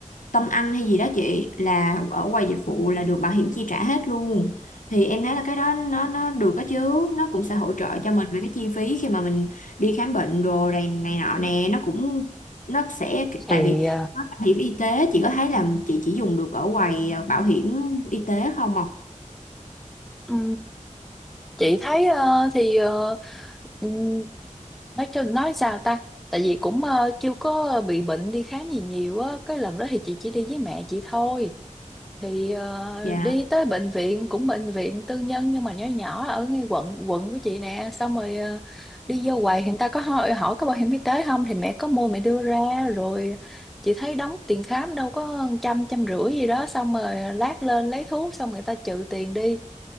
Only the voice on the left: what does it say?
Tâm Anh hay gì đó chị là ở quầy dịch vụ là được bảo hiểm chi trả hết luôn thì em thấy là cái đó nó nó được đó chứ nó cũng
sẽ hỗ trợ cho mình về cái chi phí khi mà mình đi khám bệnh đồ này này nọ nè nó cũng nó sẽ
tại vì nó là bảo hiểm y tế chị có thấy là chị chỉ dùng được ở quầy ờ, bảo hiểm y tế không ạ?
Dạ.